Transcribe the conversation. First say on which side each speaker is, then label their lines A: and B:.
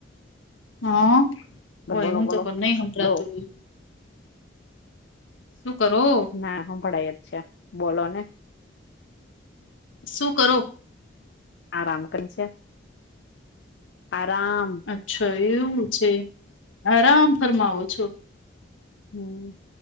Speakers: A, on the left; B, on the left.
A: હા ઓય
B: બોલો
A: હું
B: બોલો.
A: તો પણ નહી સંભળાતું
B: લો
A: શું કરો
B: હા હાંભડાઈ છે બોલો ને
A: શું કરો
B: આરામ કરી છે. આરાામ
A: અચ્છા એવું છે આરામ ફરમાવો છો.
B: હમ્મ